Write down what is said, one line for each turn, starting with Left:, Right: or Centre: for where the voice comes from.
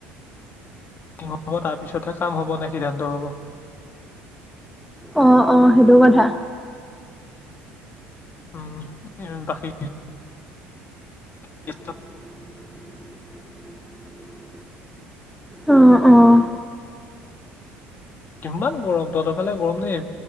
Left: হ'ম তাৰপিছতহে কাম হ'ব নে সিদ্ধান্ত হ'ব
Centre: আহ অ সেইটো কথা
Left: উম বাকী কি
Centre: <unintelligible> অ অ
Left: কিমান গৰম তহতফালে গৰম দেই